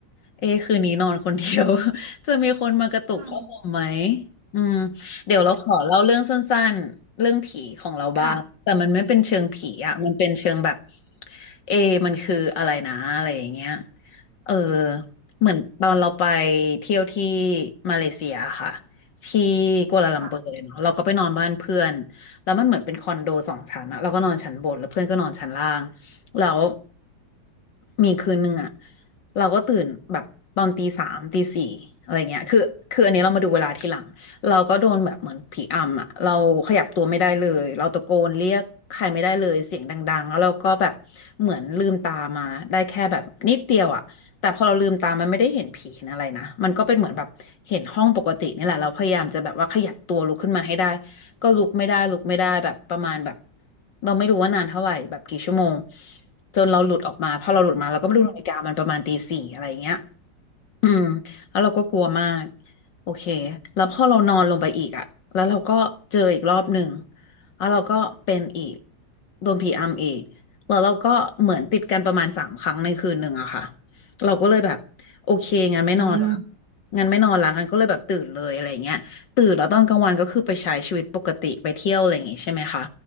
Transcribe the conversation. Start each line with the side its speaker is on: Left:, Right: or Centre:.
Left: เอ๊ะคืนนี้นอนคนเดียว <laughs> จะมีคนมากระตุกผ้าห่มไหม
Right: อืม
Left: อืมเดี๋ยวเราขอเล่าเรื่องสั้นๆเรื่องผีของเราบ้างแต่มันไม่เป็นเชิงผีอ่ะมันเป็นเชิงแบบ
Right: ค่ะ
Left: เอะมันคืออะไรนะอะไรอย่างเงี้ยเออเหมือนตอนเราไปเที่ยวที่มาเลเซียค่ะที่กัวลาลัมเปอร์เเนาะเราก็ไปนอนบ้านเพื่อน
Right: ค่ะ
Left: แล้วมันเหมือนเป็นคอนโดสองชั้นอะเราก็นอนชั้นบนแล้วเพื่อนก็นอนชั้นล่างแล้วมีคืนหนึ่งอะเราก็ตื่นแบบตอนตีสามตีสี่อะไรเงี้ยคือคืออันนี้เรามาดูเวลาทีหลังเราก็โดนแบบเหมือนผีอำอะเราขยับตัวไม่ได้เลยเราตะโกนเรียกใครไม่ได้เลยเสียงดังๆแล้วเราก็แบบเหมือนลืมตามาได้แค่แบบนิดเดียวอะแต่พอเราลืมตามันไม่ได้เห็นผีเห็นอะไรนะมันก็เป็นเหมือนแบบเห็นห้องปกตินี่แหละเราพยายามจะแบบว่าขยับตัวลุกขึ้นมาให้ได้ ก็ลุกไม่ได้ลุกไม่ได้แบบประมาณแบบเราไม่รู้ว่านานเท่าไหร่แบบกี่ชั่วโมงจนเราหลุดออกมาพอเราหลุดมาเราก็ไม่รู้นาฬิกามันประมาณตีสี่อะไรอย่างเงี้ย
Right: อืม
Left: อืมแล้วเราก็กลัวมากโอเคแล้วพอเรานอนลงไปอีกอะแล้วเราก็เจออีกรอบหนึ่งแล้วเราก็เป็นอีกโดนผีอำอีกแล้วเราก็เหมือนติดกันประมาณสามครั้งในคืนหนึ่งอะค่ะเราก็เลยแบบโอเคงั้นไม่นอนละ
Right: อืม
Left: งั้นไม่นอนละงั้นก็เลยแบบตื่นเลยอะไรเงี้ยตื่นแล้วตอนกลางวันก็คือไปใช้ชีวิตปกติไปเที่ยวอะไรอย่างงี้ใช่ไหมคะ